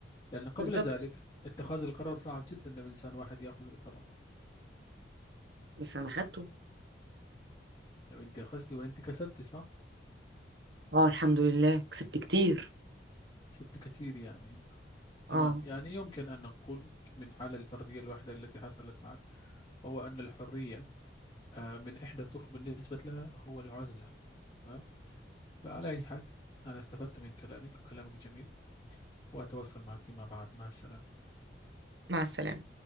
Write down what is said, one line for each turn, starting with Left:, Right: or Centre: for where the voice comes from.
Left: لأن قبل
Right: بالظبط
Left: ذلك اتخاذ القرار صعب جدا لو إنسان واحد يأخذ القرار
Right: بس انا خدته
Left: لو أنت أخذت وأنت كسبت صح
Right: اه الحمد لله كسبت كتير
Left: كسبت كثير يعني ب-
Right: اه
Left: تمام يعني يمكن أن نقول من حالة الفردية الواحدة التي حصلت معك هو أن الحرية آه، من إحدى الطرق بالنسبة لها هو العزلة تمام فعلى أي حال أنا استفدت من كلامك وكلامك جميل وأتواصل معك فيما بعد مع السلامة
Right: مع السلامه